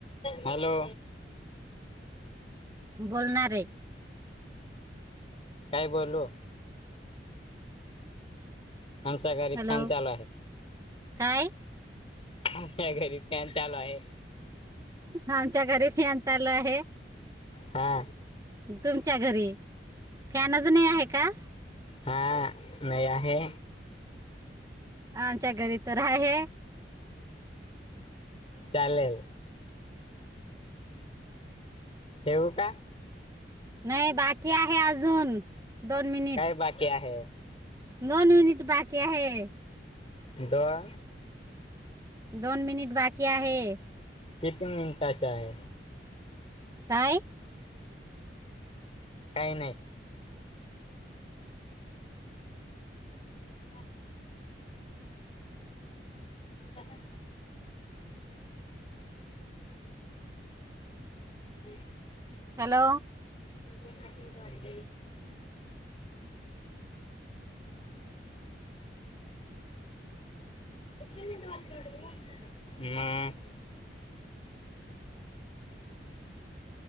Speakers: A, on the left; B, on the right.
A: हॅलो
B: बोलणार आहे.
A: काय बोलू? आमच्या घरी
B: हॅलो
A: फॅन चालू आहे.
B: काय
A: आमचा घरी फॅन चालू आहे.
B: आमच्या घरी फॅन चालू आहे.
A: हा.
B: तुमच्या घरी फॅनच नाही आहे का?
A: हां नाही आहे.
B: आमच्या घरी तर आहे.
A: चालेल. ठेव का?
B: नाही बाकी आहे अजून दोन मिन
A: बाकी्या आहे.
B: दोन मिनिट बाकी आहे.
A: दहा.
B: दोन मिनिट बाकी आहे.
A: किती. आहे
B: <inaudible> काय?
A: काही नाही. झालं. कसा? हो.
B: हॅलो.
A: म्हणजे अठंड वाट. <unintelligible>